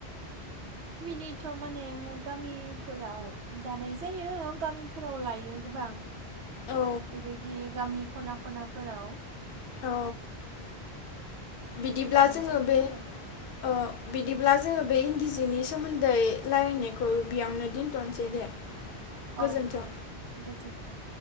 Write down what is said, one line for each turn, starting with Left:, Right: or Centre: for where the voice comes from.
Right: बिनिथ' माने गामिफोराव दानाय जायो गामिफोराव लायो गोबां
Left: औ
Right: बेबायदि गामि खना खनाफोराव
Left: औ बिदिब्ला
Right: लानाय
Left: जोङो
Right: जायो
Left: बे
Right: आरो
Left: ओ बिदिब्ला जोङो बे इन्दि जिनि सोमोन्दै रायलायनायखौ बेयावनो दोनथ'नोसै दे। गोजोन्थों
Right: औ दे गोजोन्थों।